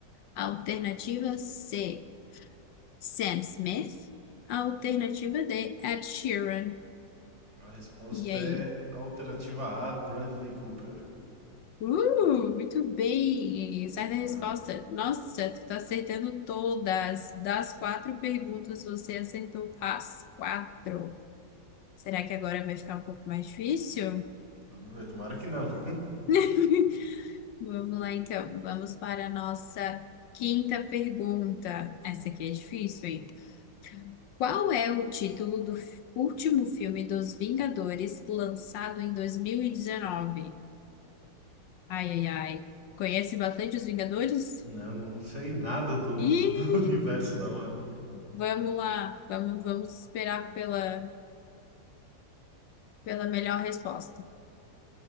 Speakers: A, on the left; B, on the right.
A: Alternativa C, Sam Smith. Alternativa D, Ed Sheeran.
B: A resposta
A: E aí?
B: é alternativa A, Bradley Cooper.
A: Uh, muito bem. Certa
B: Boa.
A: resposta. Nossa, tu tá acertando todas. Das quatro perguntas, você acertou as quatro. Será que agora vai ficar um pouco mais difícil?
B: Vamos ver, tomara que não. <laughs>
A: <laughs> Vamos lá, então. Vamos para a nossa quinta pergunta. Essa aqui é difícil, hein? Qual é o título do f- último filme dos Vingadores lançado em 2019? Ai, ai, ai. Conhece bastante os Vingadores?
B: Não, não sei nada do,
A: Ih!
B: <laughs> do universo da Marvel.
A: Vamos lá, vamos, vamos esperar pela, pela melhor resposta.